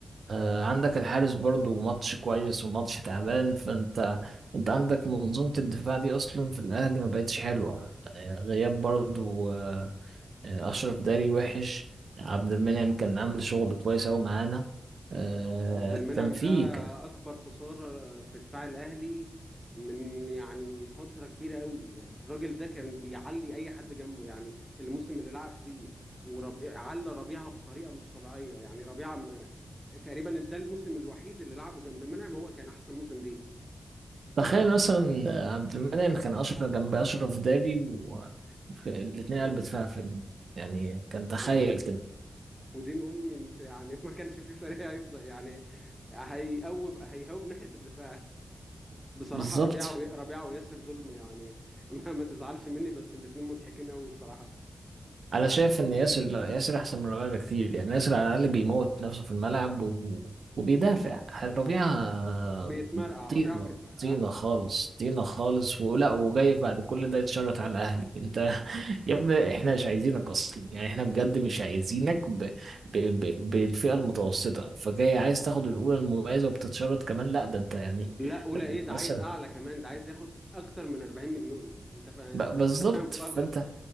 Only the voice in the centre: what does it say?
عبد المنعم
ده اكبر خساره في دفاع الاهلي من يعني فتره كبيره قوي الراجل ده كان بيعلي اي حد جنبه يعني الموسم اللي لعب فيه وربي... على ربيعه بطريقه مش طبيعيه يعني ربيعه م... تقريبا ده الموسم الوحيد اللي لعبه جنب منعم هو كان احسن موسم ليه
آه،
آه.
ودين امي انت يعني ما كانش في فريق هيفضل يعني هيقوب هيهوب ناحيه الدفاع بصراحة
ربيعة و... ربيعة وياسر دول يعني <laughs> ما, ما تزعلش مني بس الاتنين مضحكين قوي بصراحة
بيتمرقع
ربيعة بيتمرقع
لا أولى
إيه ده
عايز أعلى كمان ده عايز ياخد ف- أكتر من 40 مليون أنت فا...
أنت فاهم
غلط